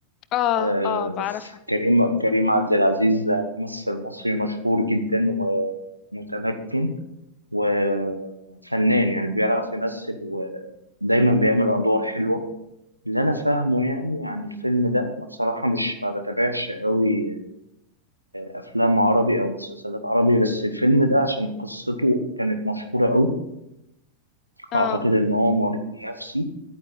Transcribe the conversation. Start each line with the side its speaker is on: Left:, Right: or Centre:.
Left: آه
Right: آه
Left: آه بعرفها
Right: بس كريم كريم عبد العزيز ممثل مصري مشهور جدا ومتمكن وفنان يعني بيعرف يمثل ودايما بيعمل ادوار حلوه اللي انا فاهمه يعني عن الفيلم ده انا بصراحه مش ما بتابعش قوي افلام عربي او مسلسلات عربي بس الفيلم ده عشان قصته كانت مشهوره قوي
Left: آه
Right: اعتقد ان هو مريض نفسي